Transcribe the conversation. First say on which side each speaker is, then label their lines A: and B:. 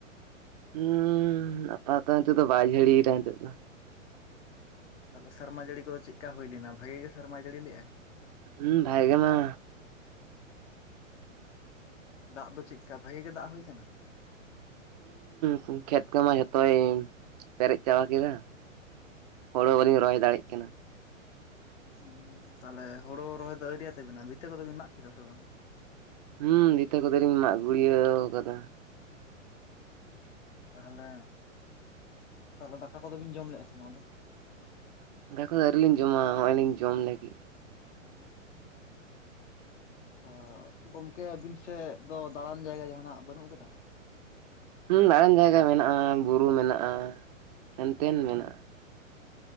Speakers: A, on the right (about 35°); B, on the left (about 60°).
A: ᱦᱩᱸᱻ ᱟᱯᱟᱛᱚ ᱱᱤᱛᱚᱜ ᱫᱚ ᱵᱟᱭ ᱡᱷᱟᱹᱲᱤᱭᱮᱫᱟ ᱱᱤᱛᱚᱜ ᱫᱚ᱾
B: ᱛᱟᱦᱚᱞᱮ ᱥᱮᱨᱢᱟ ᱡᱟᱹᱲᱤ ᱠᱚᱫᱚ ᱪᱮᱜᱠᱟ ᱦᱩᱭ ᱞᱮᱱᱟ ᱵᱷᱟᱜᱤ ᱜᱮ ᱥᱮᱨᱢᱟ ᱡᱟᱹᱲᱤ ᱞᱮᱜ-ᱟᱭ?
A: ᱦᱩ ᱵᱷᱟᱜᱮ ᱢᱟ
B: ᱫᱟᱜ ᱫᱚ ᱪᱮᱜᱠᱟ ᱵᱷᱟᱜᱮ ᱜᱮ ᱫᱟᱜ ᱦᱩᱭ ᱠᱟᱱᱟ?
A: ᱦᱩᱸ, ᱠᱷᱮᱛ ᱠᱚᱢᱟ ᱡᱷᱚᱛᱚᱭ ᱯᱮᱨᱮᱡ ᱪᱟᱵᱟ ᱠᱮᱫᱟ᱾ ᱦᱳᱲᱳ ᱵᱟᱹᱞᱤᱧ ᱨᱚᱦᱚᱭ ᱫᱟᱲᱮᱜ ᱠᱟᱱᱟ᱾
B: ᱩᱸ ᱛᱟᱦᱚᱞᱮ ᱦᱳᱲᱳ ᱨᱚᱦᱚᱭ ᱫᱚ ᱟᱹᱣᱨᱤᱭᱟᱜ ᱛᱟᱵᱤᱱᱟ, ᱵᱷᱤᱛᱟᱹ ᱠᱚᱫᱚ ᱵᱤᱱ ᱢᱟᱜ ᱠᱮᱫᱟ ᱥᱮ ᱵᱟᱝ?
A: ᱦᱩᱸᱻ ᱵᱷᱤᱛᱟᱹ ᱠᱚᱫᱚᱮᱞᱤᱧ ᱢᱟᱜ ᱜᱩᱲᱭᱟᱹᱣ ᱠᱟᱫᱟ᱾
B: ᱛᱟᱦᱚᱞᱮ, ᱛᱟᱦᱚᱞᱮ ᱫᱟᱠᱟ ᱠᱚᱫᱚ ᱵᱤᱱ ᱡᱚᱢ ᱞᱮᱫᱼᱟ ᱥᱮ ᱵᱟᱝ ᱟᱫᱚ?
A: <unintelligible> ᱠᱚᱫᱚ ᱟᱹᱣᱨᱤ ᱞᱤᱧ ᱡᱚᱢᱟ ᱦᱚᱸᱜ-ᱚᱭ ᱞᱤᱧ ᱡᱚᱢ ᱞᱟᱹᱜᱤᱫ᱾
B: ᱚᱻ, ᱜᱚᱝᱠᱮ ᱟᱵᱤᱱ ᱥᱮᱫ ᱫᱚ ᱫᱟᱬᱟᱱ ᱡᱟᱭᱜᱟ ᱡᱟᱦᱟᱸᱱᱟᱜ ᱵᱟᱹᱱᱩᱜ ᱠᱟᱫᱟ?
A: ᱦᱩᱸ ᱫᱟᱬᱟᱱ ᱡᱟᱭᱜᱟ ᱢᱮᱱᱟᱜᱼᱟ ᱵᱩᱨᱩ ᱢᱮᱱᱟᱜᱼᱟ, ᱦᱮᱱᱛᱮᱱ ᱢᱮᱱᱟᱜᱼᱟ᱾